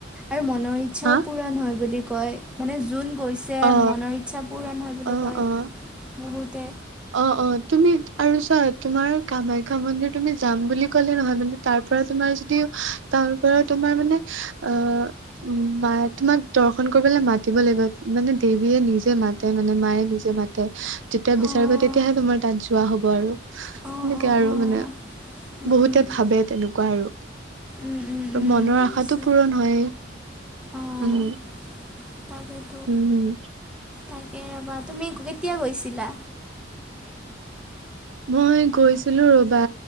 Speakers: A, in the centre; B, on the right.
A: আৰু মনৰ ইচ্ছাও
B: হা
A: পূৰণ হয় বুলি ক। কয় মানে যোন। হৈছে
B: অ
A: মনৰ ইচ্ছা পূৰণ হয় বুলি
B: অ
A: কয়
B: অ
A: বহুতে।
B: অ অ তুমি আৰু চোৱা তোমাৰ কামাখ্যা মন্দিৰ তুমি যাম বুলি কলে নহয় মানে তাৰ পৰা তোমাৰ যদি। তাৰ পৰা তোমাৰ মানে অ উ মা তোমাক দৰ্শন কৰিবলৈ মাতিব লাগিব। মানে দেৱীয়ে নিজে মাতে মানে মায়ে নিজে মাতে যেতিয়া বিচাৰিব
A: অ',
B: তেতিয়াহে তোমাৰ তাত যোৱা হয়। হব আৰু এনেকে
A: অ', অ',
B: আৰু
A: অ',
B: মানে
A: উম।
B: বহুতে ভাবে তেনেকুৱা আৰু।
A: উম, উম,
B: আৰু
A: উম,
B: মনৰ
A: বুজিছোঁ
B: আশাতটো পূৰণ হয়েই
A: অ'।
B: উম।
A: তাকেতো
B: উম হম।
A: তাকে ৰ'বা তুমি কেতিয়া গৈছিলা।
B: মই গৈছিলো ৰ'বা।